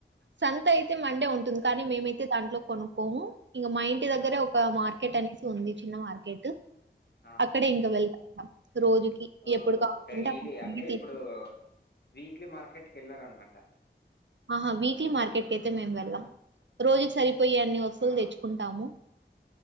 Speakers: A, on the right; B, on the left.
A: సంత అయితే
B: ఆ
A: మండే ఉంటుంది కానీ మేమైతే. దాంట్లో కొనుక్కోము ఇంక మా ఇంటి దగ్గరే
B: ఆ
A: ఒక మార్కెట్ అనేసి ఉంది చిన్న మార్కెట్.
B: ఆ
A: అక్కడే ఇంకా వెళ్తున్నాం రోజుకి
B: ఓ
A: ఎప్పుడు కావలంటే
B: డైలీ
A: అప్పటికి.
B: అంటే ఇప్పుడు వీక్లీ మార్కెట్ కి ఎళ్ళరన్నమాట.
A: ఆహా వీక్లీ మార్కెట్కి అయితే మేము వెళ్ళాం రోజుకి సరిపోయే అన్ని వస్తువులు
B: ఆ
A: తెచ్చుకుంటాము.